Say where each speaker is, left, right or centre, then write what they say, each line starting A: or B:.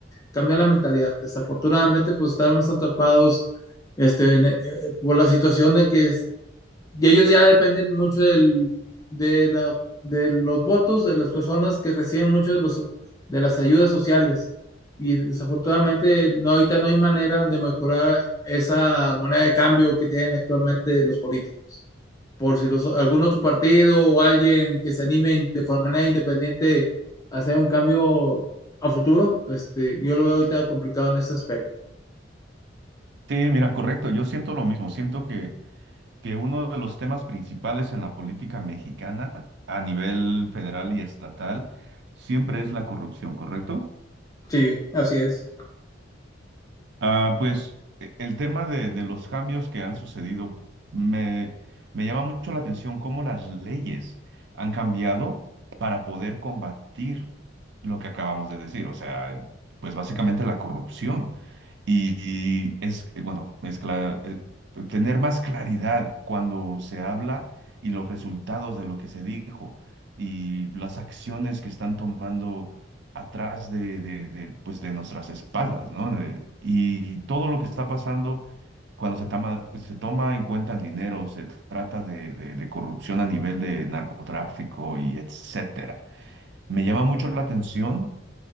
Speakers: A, on the left (about 20°); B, on the right (about 65°).
A: cambiar la mentalidad. Desafortunadamente, pues, estamos atrapados este, en, eh, eh, por la situación de que y ellos ya dependen mucho del, de, la, de los votos de las personas que reciben mucho de, los, de las ayudas sociales. Y desafortunadamente no, ahorita no hay manera de mejorar esa moneda de cambio que tienen actualmente los políticos. Por si los, algún otro partido o alguien que se anime de manera independiente a hacer un cambio a futuro, este, yo lo veo ahorita complicado en ese aspecto.
B: Sí, mira, correcto, yo siento lo mismo, siento que, que uno de los temas principales en la política mexicana a nivel federal y estatal siempre es la corrupción, ¿correcto?
A: Sí, así es.
B: Ah, pues e- el tema de, de los cambios que han sucedido me, me llama mucho la atención cómo las leyes han cambiado para poder combatir lo que acabamos de decir, o sea, pues básicamente la corrupción. Y, y es, eh, bueno, es cla- eh, tener más claridad cuando se habla y los resultados de lo que se dijo y las acciones que están tomando atrás de, de- de, pues de nuestras espaldas, ¿no? De- y todo lo que está pasando cuando se toma, se toma en cuenta el dinero, se trata de, de de corrupción a nivel de narcotráfico y etcétera. Me llama mucho la atención